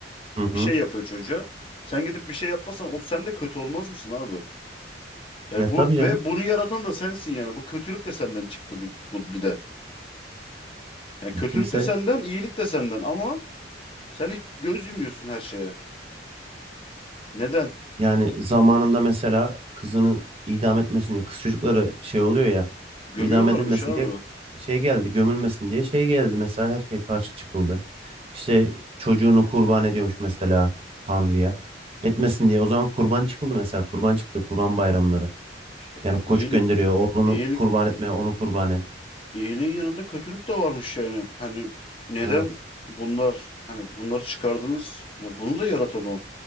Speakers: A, on the right (about 35°); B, on the left (about 30°).
A: Hı hı.
B: Bir şey yapıyor çocuğa. Sen gidip bir şey yapmasan o sen de kötü olmaz mısın abi? Yani
A: Ya
B: bu
A: tabii canım.
B: ve bunu yaratan da sensin yani. Bu kötülük de senden çıktı bir, bu, bir de. Yani kötülük
A: Ya kimse
B: de senden, iyilik de senden ama sen hiç göz yumuyorsun her şeye. Neden?
A: yani zamanında mesela kızını idam etmesin diye kız çocukları şey oluyor ya
B: Gömüyorlarmış
A: idam edilmesin
B: abi.
A: diye şey geldi gömülmesin diye şey geldi mesela her şey karşı çıkıldı. İşte çocuğunu kurban ediyormuş mesela Tanrı'ya.
B: Yani
A: Etmesin diye o zaman kurban çıkıldı mesela kurban çıktı kurban bayramları.
B: İşte
A: Yani
B: ya
A: koç
B: iyilik
A: gönderiyor. Oğlunu
B: iyilik
A: kurban etmeye onu kurban et.
B: iyiliğin yanında kötülük de varmış yani. Hani neden
A: Evet.
B: bunlar hani bunları çıkardınız? Ya bunu da yaratan o